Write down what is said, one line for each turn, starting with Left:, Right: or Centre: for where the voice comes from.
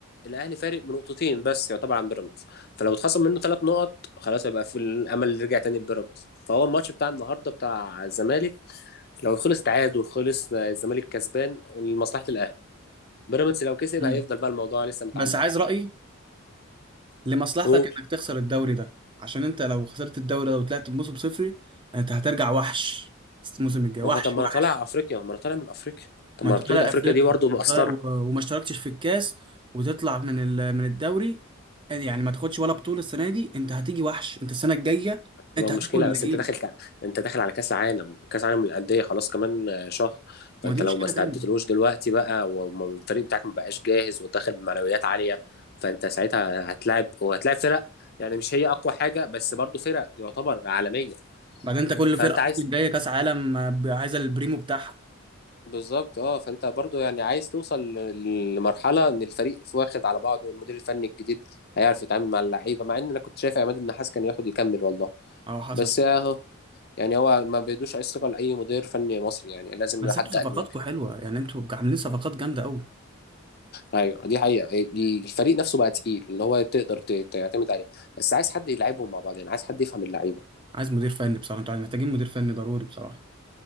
Left: الاهلي فارق بنقطتين بس يعتبر عن بيراميدز فلو اتخصم منه ثلاث نقط خلاص هيبقى في الامل اللي يرجع تاني لبيراميدز فهو الماتش بتاع النهارده بتاع الزمالك لو خلص تعادل خلص الزمالك كسبان لمصلحه الاهلي بيراميدز لو كسب
Right: مم.
Left: هيفضل بقى الموضوع لسه متعلق
Right: بس عايز رايي لمصلحتك
Left: قول
Right: انك تخسر الدوري ده عشان انت لو خسرت الدوري ده وطلعت بموسم صفري انت هترجع وحش الموسم الجاي
Left: ما
Right: وحش
Left: هو طب ما
Right: وحش
Left: انا طالع افريقيا ما انا طالع من افريقيا طب
Right: ما
Left: ما
Right: انت
Left: بطولة
Right: طالع
Left: افريقيا
Right: افريقيا
Left: دي برضه مقصرة
Right: طالع- و- وما اشتركتش في الكاس وتطلع من ال- من الدوري يعني ما تاخدش ولا بطولة السنة دي انت هتيجي وحش انت السنة الجاية
Left: تبقى
Right: انت هتاكل
Left: مشكلة
Right: اللي
Left: بس
Right: جيل
Left: انت داخل كع- انت داخل على كاس عالم كاس عالم للأندية خلاص كمان آه، شهر فانت
Right: ما دي مشكلة
Left: لو ما استعدتلوش
Right: تانية
Left: دلوقتي بقى والفريق بتاعك ما بقاش جاهز وداخل بمعنويات عالية فانت ساعتها هتلاعب وهتلاعب فرق يعني مش هي اقوى حاجة بس برضه فرق يعتبر عالمية
Right: بعدين انت كل
Left: فانت
Right: فرقة
Left: عايز
Right: اصلا جاية كاس عالم آه، ب- عايزة البريمو بتاعها
Left: بالظبط اه فانت برضو يعني عايز توصل ل- لمرحله ان الفريق واخد على بعضه والمدير الفني الجديد هيعرف يتعامل مع اللعيبه مع ان انا كنت شايف عماد النحاس كان ياخد يكمل والله
Right: اهو حصل
Left: بس اهو يعني هو ما بيدوش اي ثقه لاي مدير فني مصري يعني لازم
Right: بس
Left: لحد
Right: انتوا صفقاتكم
Left: اجنبي
Right: حلوة يعني انتوا عاملين صفقات جامدة قوي
Left: ايوه دي حقيقه الفريق نفسه بقى تقيل اللي هو تقدر ت- تعتمد عليه بس عايز حد يلعبهم مع بعض يعني عايز حد يفهم اللعيبه
Right: عايز مدير فني بصراحة انتوا عايز- محتاجين مدير فني ضروري بصراحة